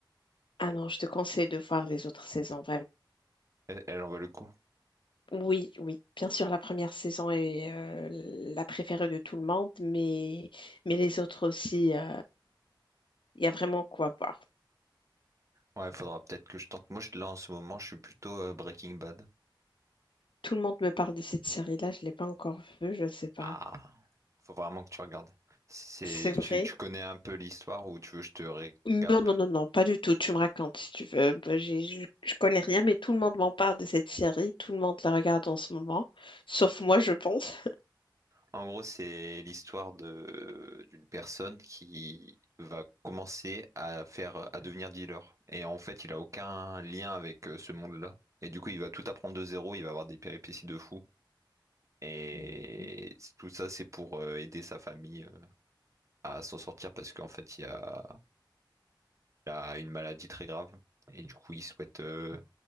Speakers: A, on the left; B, on the right.
A: Ah non, je te conseille de voir les autres saisons,
B: Elle, elle en vaut le coup.
A: Oui, oui, bien sûr, la première saison est euh, la préférée de tout le monde, mais, mais les autres aussi, euh, il y a vraiment quoi voir.
B: Ouais, faudra peut-être que je tente. Moi, je, là en ce moment, je suis plutôt euh, Breaking Bad.
A: Tout le monde me parle de cette série-là, je ne l'ai pas encore vue, je ne sais pas.
B: Ah, faut vraiment que tu regardes. C'est,
A: C'est vrai?
B: tu, tu connais un peu l'histoire ou tu veux que je te récap?
A: Non, non, non, non, pas du tout, tu me racontes si tu veux. Bah, j'ai- Je, je connais rien, mais tout le monde m'en parle de cette série, tout le monde la regarde en ce moment, sauf moi, je pense.
B: En gros, c'est l'histoire de d'une personne qui va commencer à faire à devenir dealer. Et en fait, il a aucun lien avec euh, ce monde-là. Et du coup, il va tout apprendre de zéro, il va avoir des péripéties de fou. Et
A: Mhm.
B: c- tout ça, c'est pour euh, aider sa famille euh, à s'en sortir parce qu'en fait, il y a, il a une maladie très grave. Et du coup, il souhaite euh,